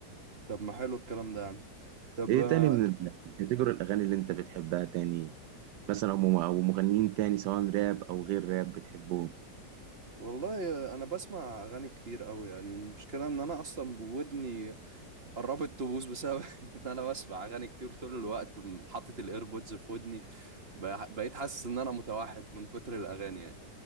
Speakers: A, on the right; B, on the right.
A: طب ما حلو الكلام ده يا عم طب
B: ايه
A: آه،
B: تاني من الكاتيجوري الاغاني اللي انت بتحبها تاني مثلا هم- او مغنيين تاني سواء راب او غير راب بتحبهم
A: والله آه، انا بسمع اغاني كتير قوي يعني المشكله ان انا اصلا ودني قربت تبوظ بسبب <laughs> ان انا بسمع اغاني كتير طول الوقت حاطط الايربودز في ودني بقى- بقيت حاسس ان انا متوحد من كتر الاغاني يعني